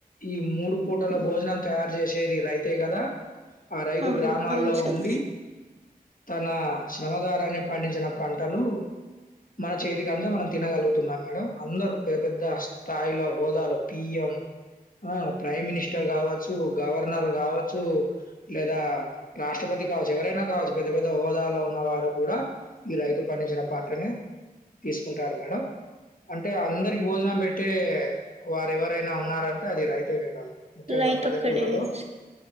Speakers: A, on the left; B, on the right.
A: ఈ మూడు పూటల భోజనాలు తయారు చేసేది రైతే కదా ఆ రైతు
B: అవును
A: గ్రామాల్లో
B: అవును సార్
A: ఉండి తన శ్రమదారాన్ని పండించిన పంటలు మన చేతికి అంతా మనం తినగలుగుతున్నాం మేడం అందరూ పెద్ద పెద్ద స్థాయిలో హోదలో పియ్యం ఆ ప్రైమ్ మిని స్టర్ కావచ్చు, గవర్నర్ కావచ్చు లేదా రాష్ట్రపతి కావచ్చు ఎవరైనా కావచ్చు, పెద్ద పెద్ద హోదాలో ఉన్న వారు కూడా ఈ రైతు పండించిన పంటనే తీసుకుంటారు మేడం అంటే అందరికి భోజనం పెట్టే వారు ఎవరైనా ఉన్నారంటే అది రైతే మేడం. ముఖ్యంగా
B: లైట్
A: పల్లెటూర్లలో
B: ఒక్కడే సార్.